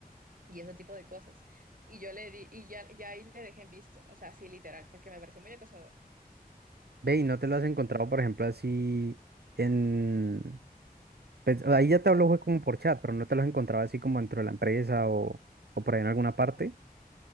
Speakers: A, on the right (about 60°); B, on the right (about 85°).
A: y ese tipo de cosas. Y yo le di, y ya, ya ahí le dejé en visto, o sea, sí, literal, porque me pareció muy acosador.
B: Ve, ¿y no te lo has encontrado, por ejemplo, así en... pues, ahí ya te hablo fue como por chat, pero no te lo has encontrado así como dentro de la empresa o, o por ahí en alguna parte.